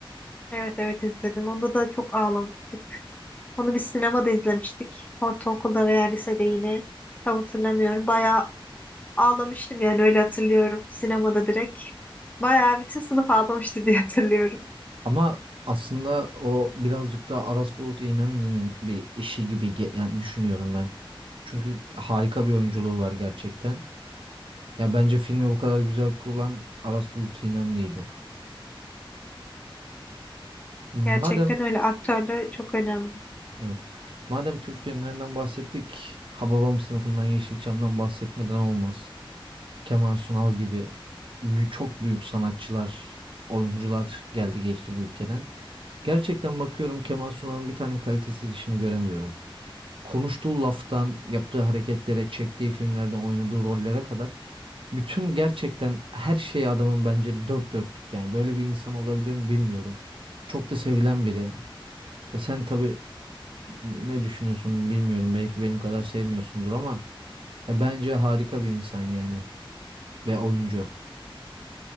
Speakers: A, on the left (about 15°); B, on the right (about 70°).
A: Evet evet izledim. Onda da çok ağlamıştık. Onu bir sinemada izlemiştik. Ortaokulda veya lisede yine. Tam hatırlamıyorum. Bayağı Ağlamıştım yani öyle hatırlıyorum. Sinemada direkt. Bayağı bütün sınıf ağlamıştı diye hatırlıyorum.
B: Ama aslında o birazcık daha Aras Bulut İynemli'nin bir işi gibi ge- yani düşünüyorum ben. Çünkü harika bir oyunculuğu var gerçekten. Ya bence filmi bu kadar güzel kullanan Aras Bulut İynemli'ydi. Madem
A: Gerçekten öyle aktör de çok önemli.
B: evet. Madem Türk filmlerinden bahsettik, Hababam sınıfından Yeşilçam'dan bahsetmeden olmaz. Kemal Sunal gibi bü- çok büyük sanatçılar, oyuncular geldi geçti bu ülkeden. Gerçekten bakıyorum Kemal Sunal'ın bir tane kalitesiz işini göremiyorum. Konuştuğu laftan, yaptığı hareketlere, çektiği filmlerde oynadığı rollere kadar bütün gerçekten her şey adamın bence dört dörtlük. Yani böyle bir insan olabilir mi bilmiyorum. Çok da sevilen biri. E sen tabii ne düşünüyorsun bilmiyorum. Belki benim kadar sevmiyorsundur ama ya bence harika bir insan yani ve oyuncu.